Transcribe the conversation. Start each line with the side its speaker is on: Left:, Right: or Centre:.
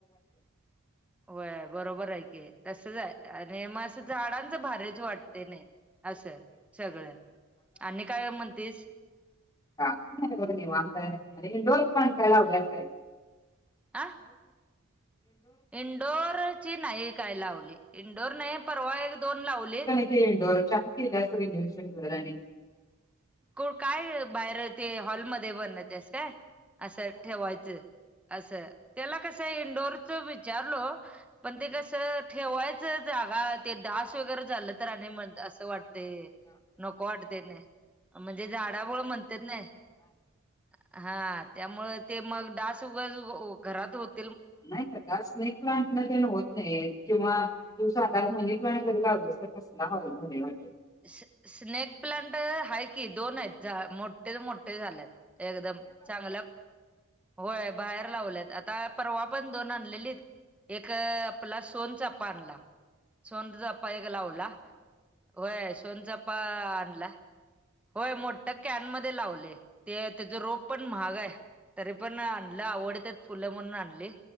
Centre: व्हय बरोबर हाय की तसच हाय आणि म अस झाडांच भारीच वाटतय नाय. असं सगळं आणि काय म्हणतीस
Left: का नाय बघ निवांत हाय आणि हे दोनच माणसं लावल्यास काय
Centre: आ इनंडोर ची नाही काय लावले इंनंडोर नाही परवा एक दोन लावले.
Left: इनडोर छान केलास रिनूएशन घर आणि
Centre: क काय बाहेर ते हॉलमध्ये बण तेस काय असं ठेवायचं असं त्याला कसं इंडोरच विचारलो पण ते कसं ठेवायचं जागा ते डास वगैरे झालं तर आणि मग असं वाट ते नको वाटतय ना म्हणजे झाडामूळ म्हणतेत नाय. हा त्यामुळ ते मग डास उगच घरात होत
Left: नाही का डास नाही प्लांट मध्ये होत नाही किंवा तु सांगा <unintelligible> लावलस तर कसला हॉल मधी वाटल.
Centre: स्ने स्नेक प्लांट हाय की दोन हायेत जा मोठ्यात मोठे झाल्यात. एकदम चांगलं होय बाहेर लावल्यात आता परवा पण दोन आणलेलीत एक आपला सोनचापा आणला सोनचापा एक लावला. होय सोनचापा अं आणला. होय मोठ्ठ कॅनमध्ये लावलय ते त्याचा रोप पण महाग हाय तरी पण आणं ला आवडत्यात फुलं म्हणून आणली